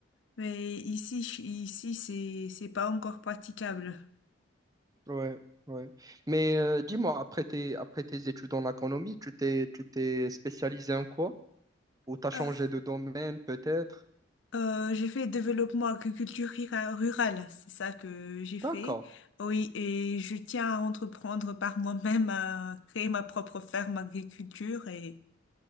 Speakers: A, on the left; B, on the right.
A: Mais ici, je- ici, c'est, c'est pas encore praticable.
B: Ouais, ouais. Mais euh, dis-moi, après tes, après tes études en économie, tu t'es, tu t'es spécialisé en quoi? ou t'as changé
A: Euh,
B: de domaine peut-être.
A: Euh, j'ai fait développement agriculture rira- rurale, c'est ça que j'ai fait.
B: D'accord.
A: Oui, et je tiens à entreprendre par moi-même à créer ma propre ferme agriculture et